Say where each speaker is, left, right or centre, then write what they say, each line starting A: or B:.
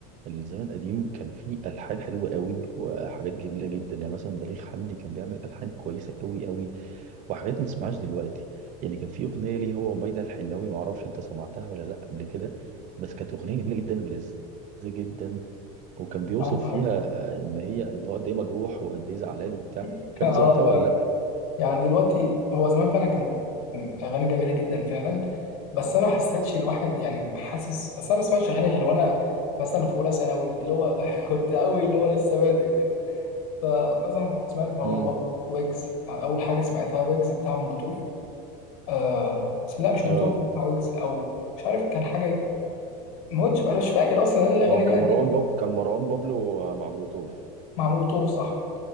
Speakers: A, on the right; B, on the left.
A: الزمن القديم كان فيه الحان حلوه قوي وحاجات جميله جدا يعني مثلا بليغ حمدي كان بيعمل الحان كويسه قوي قوي وحاجات ما تسمعهاش دلوقتي يعني كان في اغنيه ليه هو وميادة الحناوي ما اعرفش انت سمعتها ولا لا قبل كده بس كانت اغنيه جميله جدا ولذيذه جدا وكان بيوصف
B: أيوه
A: فيها
B: أيوه
A: ان هي ان هو قد ايه مجروح وقد ايه زعلان وبتاع مش
B: <laughs> أه
A: عارف أنت سمعتها
B: فاهم
A: ولا لا
B: يعني دلوقتي هو زمان فعلا كان كان أغاني جميلة جدا فعلا بس أنا ما حسيتش الواحد يعني حاسس أصل أنا ما بسمعش أغاني غير وأنا مثلا في أولى ثانوي اللي هو <laughs> كنت أوي اللي هو لسه بادئ كده فمثلا كنت سمعت مروان
A: امم
B: بابلو ويجز يعني اول حاجه سمعتها ويجز بتاع مولوتوف آه بس لا مش
A: اه
B: مولوتوف بتاع ويجز او مش عارف كان حاجه ما هوتش انا مش فاكر اصلا لأن الاغاني
A: هو
B: دي
A: كان
B: قديمه
A: مروان باب كان مروان بابلو مع مولوتوف
B: مع مولوتوف صح